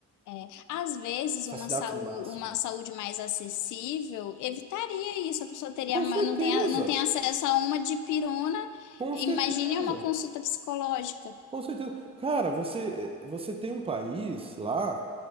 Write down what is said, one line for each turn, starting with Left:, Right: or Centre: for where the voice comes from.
Left: É, às vezes,
Right: assassinatos
Left: uma saúde,
Right: em massa,
Left: uma
Right: né?
Left: saúde mais acessível evitaria isso. A pessoa teria,
Right: Com
Left: ma-
Right: certeza,
Left: não tem, a- não tem acesso a uma dipirona.
Right: com
Left: Imagine
Right: certeza.
Left: uma consulta psicológica.
Right: Com certeza. Cara, você, você tem um país lá